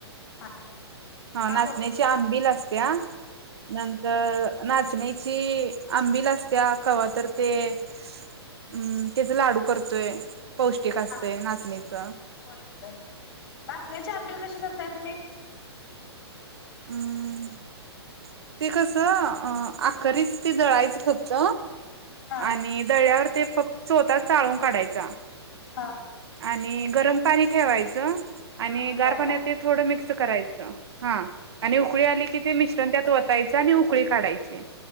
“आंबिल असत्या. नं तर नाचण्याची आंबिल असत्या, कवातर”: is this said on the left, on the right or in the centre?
Right